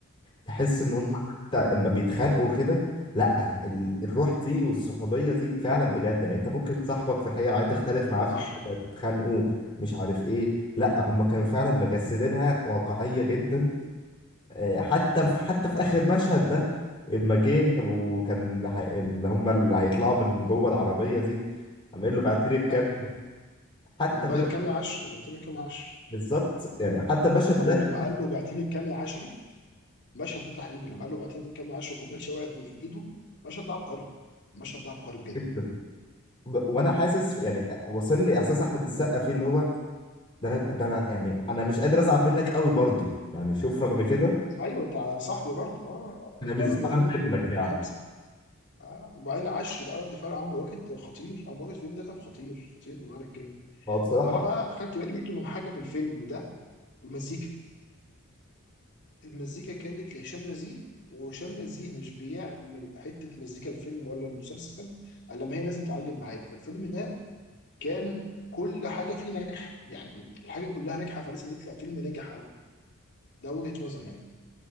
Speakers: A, on the left (about 25°); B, on the left (about 55°).
A: تحس إن
B: مهم.
A: هم حتى إما بيتخانقوا كده لأ ال- الروح دي والصحوبية دي فعلا بجد يعني أنت ممكن صاحبك في الحقيقة عايز تختلف معاه في
B: صح
A: حاجة تتخانقوا مش عارف إيه لأ هم كانوا فعلا مجسدينها واقعية جدا آه حتى في حتى في آخر مشهد ده إما جه وكان هي- اللي هم اللي هيطلعوا من جوه العربية دي عامل له بعترف كام
B: ايوه
A: حتى
B: لما بعت
A: ده
B: كامي عشري بعتني بكامي عشري
A: بالظبط يعني حتى المشهد
B: هو
A: ده
B: لما قال له بعتني بكامي عشري المشهد ده تحديدا لما قال له بعتني بكامي عشري وكوبايه شاي وقعت من ايده المشهد ده عبقري المشهد ده عبقري بجد
A: جدا ب- وانا حاسس يعني واصل لي احساس احمد السقا فيه اللي هو ده أنا- ده انا يعني انا مش قادر ازعل منك قوي برضه يعني شوف رغم كده
B: ايوه بتاع صاحبي برضه اه
A: انا
B: بقى
A: مش زعلان
B: له ابراهيم
A: منك
B: ابراهيم
A: يعني
B: بخمسه آه. وبعدين عشري بقى رد فعل عمرو واكد خطير عمرو واكد الفيلم ده كان خطير خطير بمعنى الكلمه
A: هو بصراحه
B: طب انا بقى خدت بالي برضه من حاجه في الفيلم ده المزيكا المزيكا كانت لهشام نزيه وهشام نزيه مش بيعمل حتة مزيكا الفيلم ولا المسلسل الا ما هي لازم تعلم معاك فالفيلم ده كان كل حاجة فيه ناجحة يعني الحاجة كلها ناجحة فلازم يطلع فيلم ناجح أوي ده وجهة نظر يعني